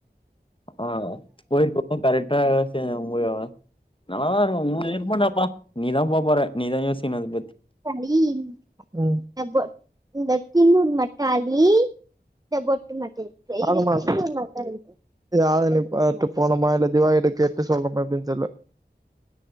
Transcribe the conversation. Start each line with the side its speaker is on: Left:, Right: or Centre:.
Left: ஆ கோயில்க் மட்டு கரக்டா சேஞ்சி கும்முறுறாங்க நல்லாதாஇருக்கு நெ இருப்பண்டாப்பா நீ தா பா போற நீ தா யோசிக்கிணு அத பத்தி
Right: டாலீ ம் அ பொ இந்த திந்நூர் மட்டு அழி இந்த பொட்டு மட்ட இரு இரு இரு ஆமாம்மா திந்நூர் மட்டு இர்க்கிட் யாழ்னீ பாத்து போனுமா இல்ல திவாகிட்ட கேட்டு சொல்லணோமா எப்டின் தெர்ல